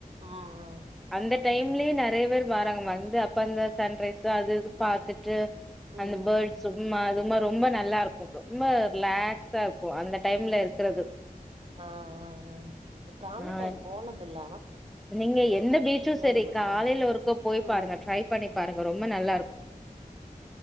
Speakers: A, on the right (about 40°); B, in the centre.
A: ஆ ஆ
B: அந்த டைம்லயே நறையா பேர் வாராங்கமா வந்து அப்ப அந்த சன்ரைஸ்ஸு அது இது பாத்துட் ட்டு
A: ம்
B: அந்த போட்ஸ் ம்மா அதுமா ரொம்ப நல்லா இருக்கும் ஃப்ரோ ரொம்ப லேக்ஸா இருக்கு அந்த டைம்ல இருக்குறது
A: ஆ ஆ ஆ ஆ இந்த கால்ல
B: ஆ
A: டைம் போனதுல
B: நீங்க எந்த பீச்சு
A: கேள்விப்பட்டிருக்கே
B: சேரி காலையில ஒருக்கா போய்
A: ம்
B: பாருங்க ட்ரை பண்ணி பாருங்க ரொம்ப நல்லாருக்கு